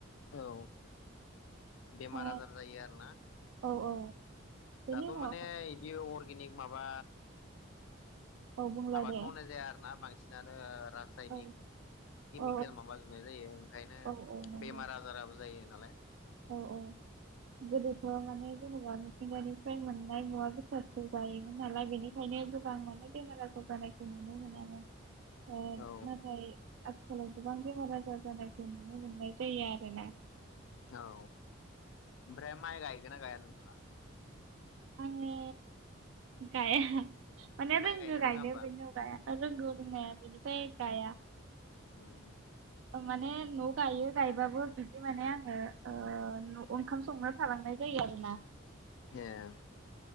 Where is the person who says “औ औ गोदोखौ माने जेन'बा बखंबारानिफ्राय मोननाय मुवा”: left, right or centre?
Right